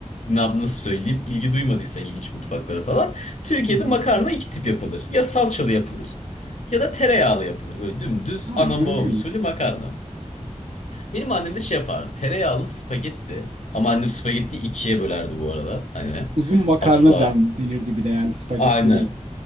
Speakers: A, on the left (about 65°); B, on the right (about 60°).
A: na- nasıl söyleyeyim ilgi duymadıysa ilginç mutfaklara falan. Türkiye'de
B: Hı hı.
A: makarna iki tip yapılır. Ya salçalı yapılır ya da tereyağlı yapılır. Böyle dümdüz
B: Aynen
A: anam babam
B: öyle.
A: usulü makarna. Benim annem de şey yapardı. Tereyağlı spagetti. Ama annem spagettiyi ikiye bölerdi bu arada. Hani
B: Uzun makarna
A: asla
B: den, denirdi bir de yani spagetti
A: Aynen.
B: değil.